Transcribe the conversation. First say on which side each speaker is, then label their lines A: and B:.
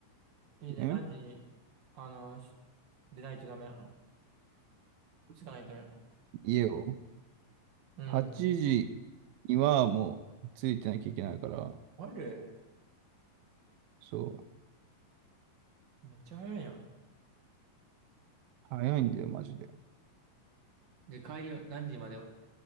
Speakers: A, on the right (about 35°); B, on the right (about 85°).
A: に、いいね、
B: え
A: 何時に、あの、し出ないとダメなの。つかないとダメなの。
B: 家を
A: うん。
B: ?8 時にはもうついてなきゃいけないから、
A: あれ
B: そう、
A: めっちゃ早いやん。
B: 早いんだよ、マジで。
A: で、帰りは何時までは、